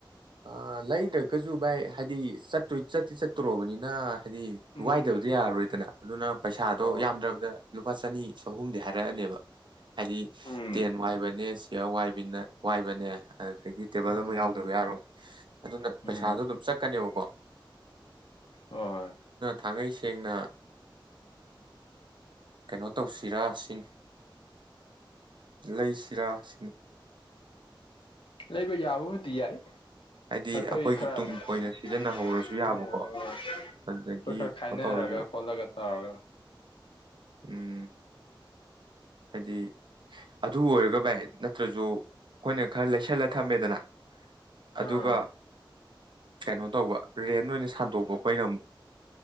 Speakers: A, on the right; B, on the left.
A: ꯑ ꯂꯩꯗ꯭ꯔꯒꯁꯨ ꯚꯥꯏ ꯍꯥꯏꯗꯤ ꯆꯠꯇꯣꯏ ꯆꯠꯇꯤ ꯆꯠꯇꯣꯔꯕꯅꯤꯅ ꯍꯥꯏꯗꯤ
B: ꯎꯝ
A: ꯋꯥꯏꯗꯕꯗꯤ ꯌꯥꯔꯔꯣꯏꯗꯅ ꯑꯗꯨꯅ ꯄꯩꯁꯥꯗꯣ
B: ꯍꯣꯏ
A: ꯌꯥꯝꯗ꯭ꯔꯕꯗ ꯂꯨꯄꯥ ꯆꯅꯤ ꯆꯍꯨꯝꯗꯤ ꯍꯥꯏꯔꯛꯑꯅꯦꯕ ꯍꯥꯏꯗꯤ
B: ꯎꯝ
A: ꯇꯦꯟ ꯋꯥꯏꯕꯅꯦ ꯆ꯭ꯔꯥ ꯋꯥꯏ ꯃꯤꯅꯠ ꯋꯥꯏꯕꯅꯦ ꯑꯗꯨꯗꯒꯤ ꯇꯦꯕꯜ
B: ꯎꯝ
A: ꯑꯃ ꯌꯥꯎꯗꯕ ꯌꯥꯔꯣꯏ ꯑꯗꯨꯅ ꯄꯩꯁꯥꯗꯣ
B: ꯎꯝ
A: ꯑꯗꯨꯝ ꯆꯠꯀꯅꯦꯕꯀꯣ
B: ꯍꯣꯏ ꯍꯣꯏ
A: ꯊꯥꯡꯉꯩ ꯁꯦꯡꯅ ꯀꯩꯅꯣ ꯇꯧꯁꯤꯔꯥ ꯁꯤꯅꯤ ꯂꯩꯁꯤꯔꯥ ꯁꯤꯅꯤ
B: ꯂꯩꯕ ꯌꯥꯕꯕꯨꯗꯤ ꯌꯥꯏ
A: ꯍꯥꯏꯗꯤ
B: ꯑꯩꯈꯣꯏ
A: ꯑꯩꯈꯣꯏꯒꯤ
B: ꯈꯔ
A: ꯇꯨꯡ
B: ꯑꯩꯈꯣꯏ
A: ꯀꯣꯏꯅ ꯁꯤꯖꯤꯟꯅꯍꯧꯔꯁꯨ ꯌꯥꯕꯀꯣ ꯑꯗꯨꯗꯒꯤ
B: ꯈꯔ
A: ꯀꯩꯅꯣ
B: ꯈꯥꯏꯅꯔꯒ
A: ꯇꯧꯔꯁꯨ
B: ꯈꯣꯠꯂꯒ ꯇꯧꯔꯒ
A: ꯎꯝ ꯍꯥꯏꯗꯤ ꯑꯗꯨ ꯑꯣꯏꯔꯒ ꯚꯥꯏ ꯅꯠꯇ꯭ꯔꯁꯨ ꯑꯩꯈꯣꯏꯅ ꯈꯔ ꯂꯩꯁꯜꯂ ꯊꯝꯃꯦꯗꯅ
B: ꯎꯝ
A: ꯑꯗꯨꯒ ꯀꯩꯅꯣ ꯇꯧꯕ ꯔꯦꯟ ꯑꯣꯏꯅ ꯁꯟꯗꯣꯛꯄ ꯑꯩꯈꯣꯏ ꯑꯩꯅ ꯑꯃꯨꯛ